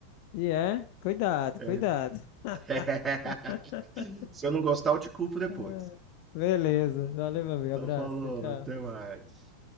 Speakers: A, on the left; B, on the right.
A: E é, cuidado,
B: É.
A: cuidado.
B: <laughs>
A: <laughs>
B: Se eu não gostar, eu te culpo depois.
A: Ah, Beleza, valeu, meu amigo.
B: Então
A: Abraço,
B: falou,
A: tchau,
B: até
A: tchau.
B: mais.